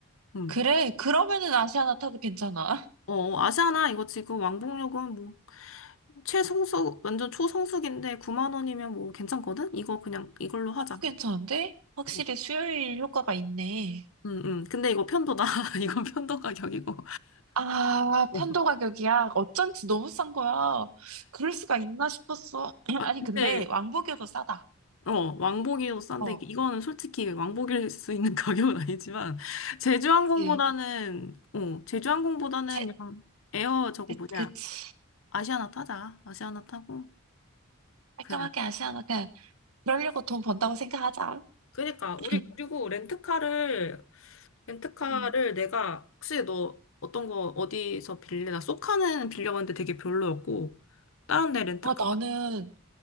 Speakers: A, on the left; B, on the right.
A: 음.
B: 그래. 그러면은 아시아나 타도 괜찮아.
A: 어, 아시아나 이거 지금 왕복 요금 뭐 최성수, 완전 초성수기인데 9만 원이면 뭐 괜찮거든? 이거 그냥 이걸로
B: <laughs>
A: 하자.
B: 괜찮은데? 확실히
A: 어.
B: 수요일 효과가 있네.
A: 음, 음. 근데 이거 편도다. <laughs> 이건 편도 가격이고.
B: 아,
A: <laughs>
B: 편도 가격이야. 어쩐지 너무 싼 거야. 그럴 수가 있나 싶었어. <laughs> <clears throat> 아니,
A: 근데
B: 근데 왕복이 더 싸다.
A: 어, 왕복이어도 싼데,
B: 어,
A: 이거는 솔직히 왕복일 수 있는 <laughs> 가격은 아니지만, 제주항공보다는,
B: 그치, 그치.
A: 어, 제주항공보다는
B: 제,
A: 그냥 에어 저거
B: 그,
A: 뭐냐,
B: 그치.
A: 아시아나 타자. 아시아나 타고,
B: 깔끔하게
A: 그래.
B: 아시아나 그냥 그러려고 돈 번다고 생각하자.
A: 그니까
B: <laughs>
A: 우리 그리고 렌트카를 렌트카를
B: <clears throat> 음.
A: 내가 혹시 너 어떤 거 어디서 빌려? 나 쏘카는 빌려봤는데 되게 별로였고, 다른 데 렌트카.
B: 아, 나는,